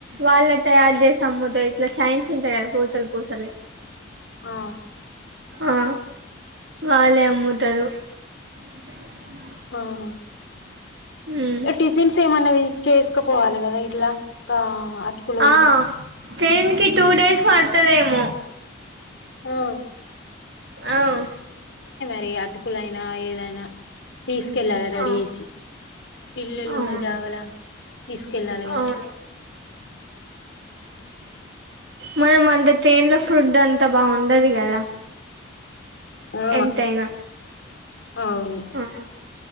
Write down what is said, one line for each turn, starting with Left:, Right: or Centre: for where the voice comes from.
Right: వాళ్ళే తయారు అదే సముద్రం ఇట్లా చైన్స్ ఉంటాయి కదా పూసలు పూసలే
Left: ఆ
Right: ఆ వాళ్ళే అమ్ముతరు <inaudible>
Left: ఆ
Right: ఉమ్
Left: టిఫిన్స్ ఏమన్నది చేసుకపోవాలి కదా ఇట్ల అటుకులు
Right: ఆ ట్రైన్ కి టూ డేస్ పడుతదేమో
Left: ఆ
Right: అవు
Left: ఎ అటుకులైనా ఏదైనా తీసుకెళ్ళాలి రెడీ
Right: ఆ
Left: చేసి ఇల్లుళు
Right: అవును
Left: ఉన్న జాగల తీసుకెళ్ళాలి కదా
Right: అవును మనం అంత తేనల ఫుడ్ అంతా బాగుండదు కదా
Left: ఆ
Right: ఎంతైనా
Left: అవును
Right: అహ